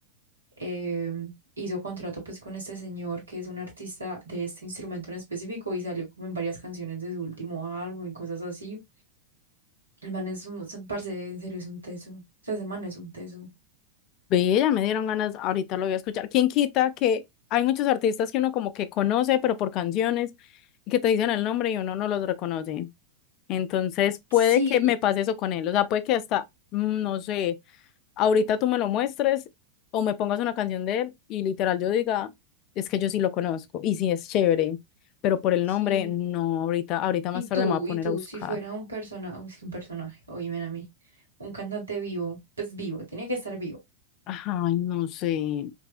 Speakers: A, on the right; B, on the left.
A: Em, hizo contrato pues con este señor que es un artista de este instrumento en específico y salió como en varias canciones de su último álbum y cosas así. El man es un, o sea, parce, en serio es un teso. O sea, ese man es un teso.
B: Ve, ya me dieron ganas, ahorita lo voy a escuchar. ¿Quién quita que hay muchos artistas que uno como que conoce, pero por canciones, y que te dicen el nombre y uno no los reconoce? Entonces, puede
A: Sí,
B: que me pase eso con él. O sea, puede que hasta, mm, no sé, ahorita tú me lo muestres o me pongas una canción de él y literal yo diga, es que yo sí lo conozco y sí es chévere, pero por el
A: Sí.
B: nombre, no, ahorita, ahorita más
A: ¿Y tú?
B: tarde me voy a poner
A: ¿Y tú?
B: a buscar.
A: Si fuera un persona, es que un personaje, oíme a mí, un cantante vivo, pues vivo, tiene que estar vivo.
B: Ay, no sé,